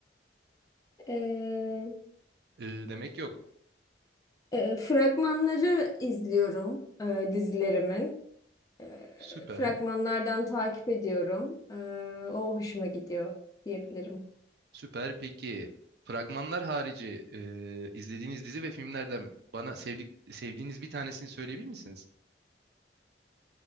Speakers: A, on the left (about 20°); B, on the right (about 60°).
A: Ee,
B: E, demek yok.
A: e, fragmanları izliyorum e, dizilerimin. Ee,
B: Süper,
A: fragmanlardan takip ediyorum. Ee, o hoşuma gidiyor diyebilirim.
B: süper. Peki fragmanlar harici e, izlediğiniz dizi ve filmlerden bana sevdik, sevdiğiniz bir tanesini söyleyebilir misiniz?